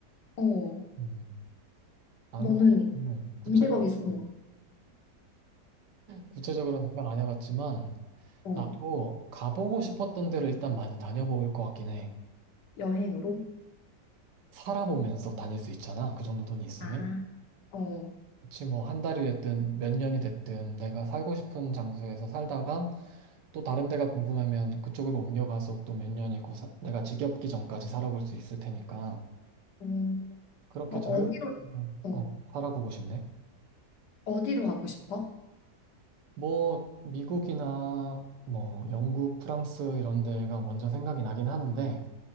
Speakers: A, on the left (about 80°); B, on the right (about 85°).
A: 어,
B: 음, 나는
A: 너는
B: 사실 구체적으로,
A: 200억 있으면,
B: 구체적으로 생각 안 해봤지만
A: 어,
B: 나도 가보고 싶었던 데를 일단 많이 다녀볼 것 같긴 해.
A: 여행으로?
B: 살아보면서 다닐 수 있잖아. 그 정도 돈이 있으면.
A: 아. 어,
B: 그치, 뭐, 한 달이 됐든, 몇 년이 됐든, 내가 살고 싶은 장소에서 살다가, 또 다른 데가 궁금하면 그쪽으로 옮겨가서 또 몇 년이고, 사- 내가 지겹기 전까지 살아볼 수 있을 테니까.
A: 음,
B: 그렇게
A: 뭐
B: 잘
A: 어디로, 어,
B: 어, 살아보고 싶네.
A: 어디로 가고 싶어?
B: 뭐, 미국이나, 뭐, 영국, 프랑스 이런 데가 먼저 생각이 나긴 하는데,